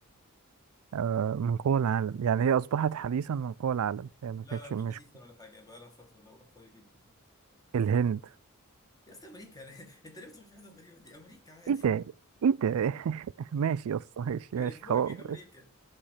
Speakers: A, on the right (about 75°); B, on the left (about 15°).
A: آه... من قوى العالم يعني هي اصبحت حديثا من قوى العالم هي ما
B: لا
A: كانتش
B: لا
A: مش
B: مش حديثا ولا حاجه بقى لها فتره دوله قويه جدا
A: الهند
B: يا اسطى امريكا <laughs> انت ليه بتروح في حته غريبه دي امريكا عادي
A: ايه ده ايه ده <laughs> ماشي يا اسطى ماشي
B: كاليفورنيا
A: ماشي خلاص
B: امريكا